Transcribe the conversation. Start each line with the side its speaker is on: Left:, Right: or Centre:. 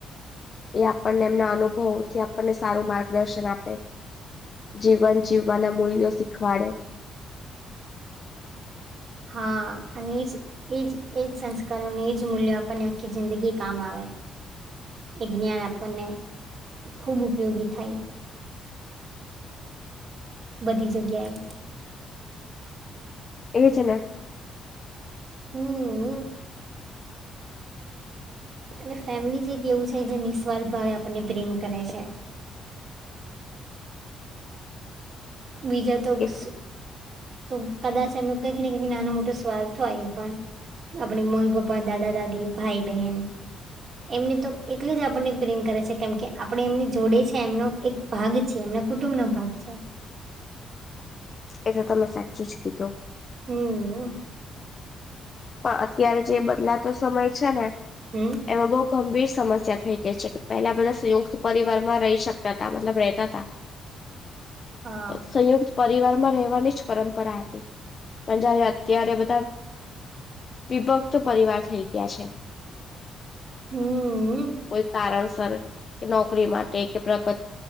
Left: એ આપણને એમના અનુભવોથી આપણને સારું માર્ગદર્શન આપે. જીવન જીવવાના મૂલ્યો શીખવાડે.
Right: હા અને એજ એજ એજ સંસ્કારોને એજ મૂલ્યો આપણને આખી જિંદગી કામ આવે. એ જ્ઞાન આપણને ખૂબ ઉપયોગી થાય. બધી જગ્યાએ.
Left: એજ ને.
Right: હમઅ. અને ફેમિલી જે ક એવું છે જે નિસ્વાર્થ ભાવે આપણને પ્રેમ કરે છે. બીજા તો
Left: એ
Right: શું તો કદાચ એમનું કંઈક ને કઈક નાનો મોટો સ્વાર્થ હોય પણ આપણી મમ્મી-પપ્પા, દાદા-દાદી, ભાઈ-બહેન એમને તો એટલે જ આપણને પ્રેમ કરે છે કેમ કે આપણે એમની જોડે છે એમનો એક ભાગ છે એમના કુટુંબ નો ભાગ છે.
Left: એ તો તમે સાચું જ કીધું.
Right: હમઅ.
Left: પણ અત્યારે જે બદલાતો સમય છે ને
Right: હમ.
Left: એમાં બહુ ગંભીર સમસ્યા થઈ ગઈ છે કે પહેલા બધા સંયુક્ત પરિવાર માં રહી શકતા હતા મતલબ રહેતાતા.
Right: હા
Left: સંયુક્ત પરિવારમાં રહેવાની જ પરંપરા હતી. પણ જયારે અત્યારે બધા વિભક્ત પરિવાર થઈ ગ્યા છે.
Right: હમ
Left: કોઈ કારણસર કે નોકરી માટે, કે પ્રગત